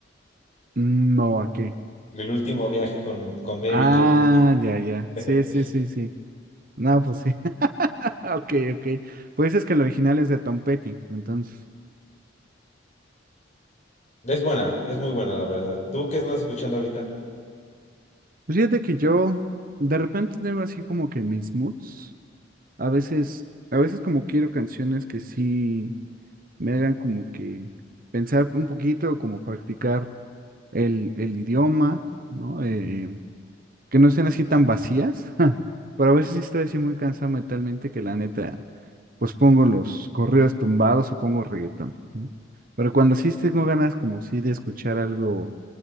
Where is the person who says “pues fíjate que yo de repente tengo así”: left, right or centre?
Right